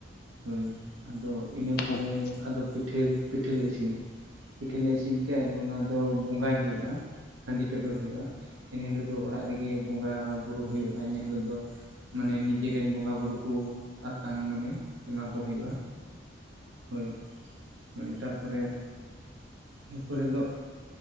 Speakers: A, on the right; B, on the left.
A: ᱦᱳᱭ ᱟᱫᱚ ᱤᱱᱟᱹ ᱯᱚᱨᱮ
B: ᱟᱪᱪᱷᱟ ᱜᱚᱝᱠᱮ ᱟᱪᱪᱷᱟ ᱟᱪᱪᱷᱟ ᱟᱪᱪᱷᱟ
A: ᱟᱫᱚ ᱯᱤᱴ ᱯᱷᱤᱞ ᱯᱤᱴᱷᱟᱹᱞᱮ ᱤᱥᱤᱱᱟ
B: ᱟᱪᱪᱷᱟ
A: ᱯᱤᱴᱷᱟᱹᱞᱮ ᱤᱥᱤᱱ ᱛᱮ ᱟᱫᱚ ᱚᱱᱟ ᱫᱚ ᱵᱚᱸᱜᱟᱭ ᱦᱩᱭᱩᱜᱼᱟ ᱦᱟᱺᱰᱤ ᱪᱚᱰᱚᱨ ᱦᱩᱭᱩᱜᱼᱟ ᱮᱱᱹ ᱦᱤᱞᱳᱜ ᱫᱚ ᱚᱲᱟᱜ ᱨᱮᱜᱮ ᱵᱚᱸᱜᱟ ᱵᱩᱨᱩ ᱦᱩᱭᱩᱜᱼᱟ ᱮᱱᱮᱹ ᱦᱤᱞᱳᱜ ᱫᱚ ᱢᱟᱱᱮ ᱱᱤᱡᱮᱨᱮᱱ ᱵᱚᱸᱜᱟ ᱵᱩᱨᱩ ᱠᱚ ᱟᱛᱟᱝ ᱢᱟᱱᱮ ᱮᱢᱟ ᱠᱚ ᱦᱩᱭᱩᱜᱼᱟ᱾ ᱦᱳᱭ ᱦᱳᱭ ᱛᱟᱯᱚᱨᱮ, ᱤᱱᱟᱹ ᱯᱚᱨᱮ ᱫᱚ